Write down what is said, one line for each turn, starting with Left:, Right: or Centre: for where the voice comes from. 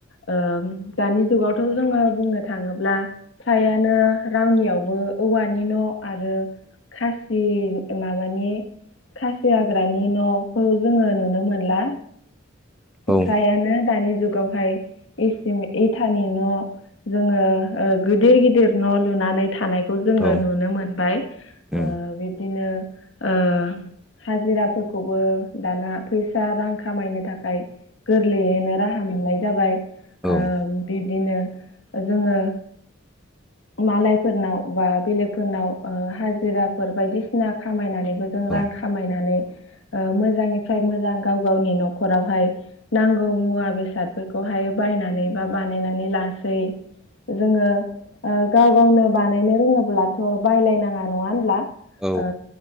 Left: ओ दानि जुगावथ' जोङो बुंनो थाङोब्ला फ्रायानो रावनियावबो औवानि न' आरो खासि माबानि खासि हाग्रानि न'खौ जोङो नुनो मोनला।
Centre: उम
Left: ओमफ्रायानो दानि जुगावहायसि इसि इटानि न' जोङो ओ गिदिर गिदिर न' लुनानै थानाय खौ जोङो
Centre: औ
Left: नुनो मोनबाय
Centre: उम औ
Left: ओ बिब्दिनो ओ हाजिराफोरखौबो दाना फैसा रां खामायनो थाखाय गोरलैयैनो राहा मोननाय जाबाय
Centre: औ
Left: ओ बिब्दिनो जोङो मालायफोरनाव बा बेलेगफोरनाव हाजिराफोर बायदिसिना खामायनानै जों
Centre: औ
Left: रां
Centre: उम
Left: खामायनानै ओ मोजांनिफ्राय मोजां गाव गावनि न'खरावहाय नांगौ मुवा बेसादफोरखौहाय बायनानै बा
Centre: औ
Left: बानायनानै लास सै जोङो
Centre: उम
Left: ओ गाव गावनो बानायनो रोङोब्लाथ' बायलायनाङा नङा होनब्ला
Centre: औ
Left: ओ